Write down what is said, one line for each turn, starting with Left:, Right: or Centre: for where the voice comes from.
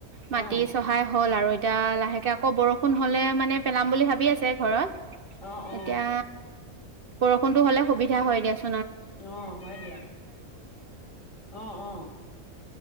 Right: মাটি
Left: অ
Right: চহাই হ'ল আৰু এতিয়া লাহেকে আকৌ বৰষুণ নহলে মানে পেলাম বুলি ভাবি আছে ঘৰত
Left: অ
Right: এতিয়া
Left: অ
Right: বৰষুণটো হ'লে সুবিধা হয় দিয়াসু
Left: আহ হয় দিয়া আহ আহ